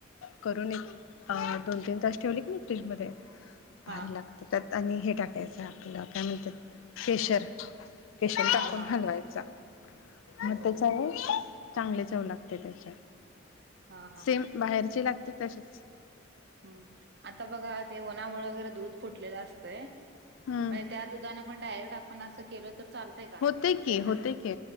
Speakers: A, on the left (about 80°); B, on the right (about 55°).
A: करून एक अं दोन -तीन तास ठेवले की नाही फ्रीज मध्ये भारी
B: हां,
A: लाग तर त्यात आणि हे आपल काय म्हणतात केशर केशर टाकुन
B: हां, हां.
A: हलवायचा मग
B: बरोबर.
A: त्याच्यानी चांगले चव लागते त्याच्या
B: हां, हां.
A: सेम बाहेरची लागते तशीच
B: ह आता बघा ते उन्हामुळे वगैरे दुध फुटलेल असत म्हणजे
A: हम्म
B: त्या दुधान पण डायरेक्ट आपण अस केल तर चालतंय का?
A: होते
B: काही
A: होते
B: तसं
A: की